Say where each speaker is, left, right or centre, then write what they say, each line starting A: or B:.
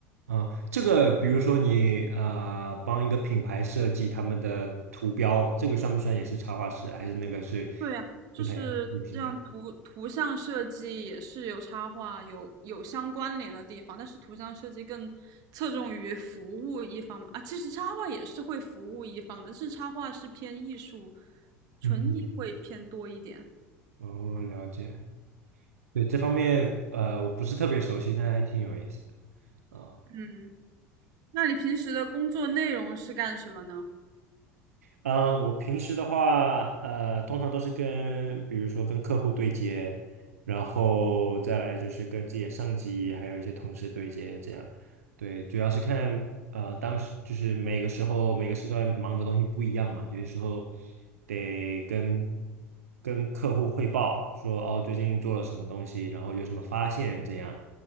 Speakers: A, on the right; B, on the right.
A: 嗯，这个比如说你啊，帮一个品牌设计他们的图标，这个算不算也是插画师？还是那个是
B: 对呀，就是这样图图像设计也是有插画有有相关联的地方，
A: 不太一样？也是。<laughs>
B: 但是图像设计更侧重于服务一方嘛啊，其实插画也是会服务一方的，但是插画是偏艺术，纯艺会偏多一点。
A: 嗯哦，了解。对，这方面呃我不是特别熟悉，但还挺有意思的。啊。
B: 嗯，那你平时的工作内容是干什么呢？
A: 啊，我平时的话，呃，通常都是跟，比如说跟客户对接，然后再来就是跟自己的上级，还有一些同事对接，这样。对，主要是看，呃，当时就是每个时候每个时段忙的东西不一样嘛，有些时候得跟跟客户汇报说，哦，最近做了什么东西，然后有什么发现，这样。